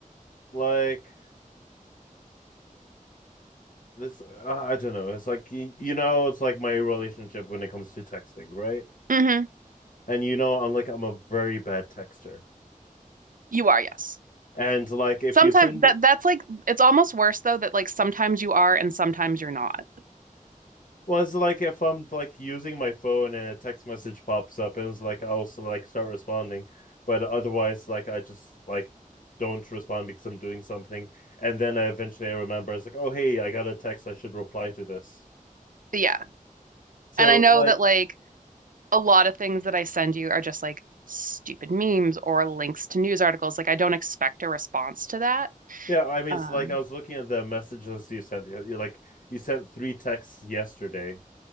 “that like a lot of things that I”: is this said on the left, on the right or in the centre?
Right